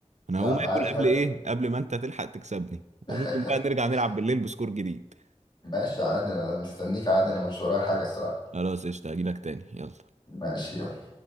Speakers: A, on the right; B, on the left.
A: انا
B: يا
A: هقوم
B: عم
A: اكل
B: عادي فرق
A: قبل ايه قبل ما انت تلحق تكسبني
B: <laughs>
A: وممكن بقى نرجع نلعب بالليل بسكور جديد
B: ماشي عادي انا مستنيك عادي انا مش ورايا حاجه الصراحه
A: خلاص قشطة هجيلك تاني يلا
B: ماشي يلا